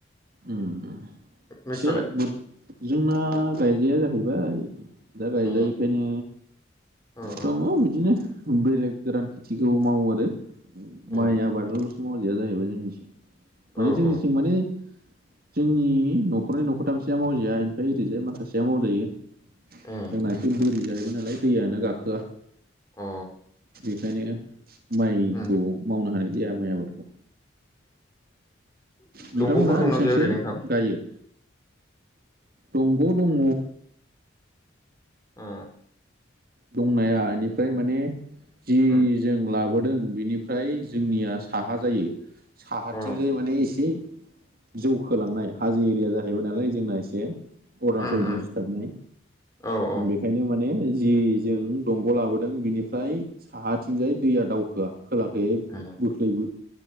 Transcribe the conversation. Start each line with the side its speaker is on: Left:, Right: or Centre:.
Right: ओम
Left: नोंस्रालाय
Right: एसे जोंना गायजाया जाहैबाय। दा गायजायैखायनो
Left: ए ओ
Right: दङ
Left: ओ
Right: बिदिनो। बेलेग गोरान खेथिखौ मावो आरो
Left: ए
Right: माइ आबादाल'सो मावजाया जाहैबाय जोंनिथिं। माने
Left: औ
Right: जोंनिथिं
Left: औ
Right: माने जोंनि न'खरनि न'खरथामसेया मावजाया ओमफ्राय ओरैजाय माखासेया मावजायो।
Left: ए
Right: जोंना एसे बोरि जाहैबाय नालाय दैयानो गाखोआ।
Left: अ
Right: बेखायनो माइखौ
Left: उम
Right: मावनो हानाय <unintelligible> गियान माय आबाद खौ नोंथांमोनहा
Left: दंग'फोर दंना
Right: बेसेबांसो
Left: गैया ओरैनो नोंथां
Right: गायो? दंग' दङ।
Left: ओ
Right: दंनाया बेनिफ्राय माने जि
Left: उम
Right: जों लाबो दों बेनिफ्राय जोंनिया साहा जायो साहाथिंजाय
Left: अ
Right: माने एसे जौखोलांनाय हाजो एरिया जाहैबाय नालाय जोंना एसे। अरुणाचलजों
Left: उम उम
Right: सिथाबनाय
Left: औ औ
Right: बेखायनो माने जि जों दंग' लाबोदों बिनिफ्राय साहाथिंजाय दैया दावखोआ। खोलाखैयै
Left: उम
Right: बोख्लै